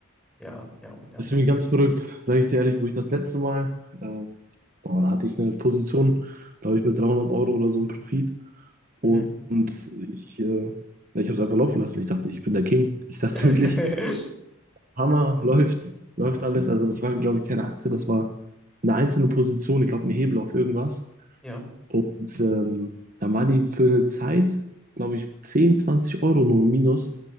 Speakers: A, in the centre; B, on the right (about 40°).
A: Ja, Mann, ja, Mann, ja,
B: Das
A: Mann.
B: ist irgendwie ganz verrückt, sage ich dir ehrlich, wo ich das letzte Mal, äh, boah, da hatte ich eine Position, glaube ich, mit 300 Euro oder so im Profit.
A: Mhm.
B: Und ich, äh, ja, ich habe es einfach laufen lassen. Ich dachte, ich bin der King. Ich dachte
A: <laughs>
B: wirklich, Hammer, läuft, läuft alles. Also das war, glaube ich, keine Aktie, das war eine einzelne Position. Ich glaube, ein Hebel auf irgendwas.
A: Ja.
B: Und ähm, dann war die für eine Zeit, glaube ich, 10 20 Euro nur im Minus.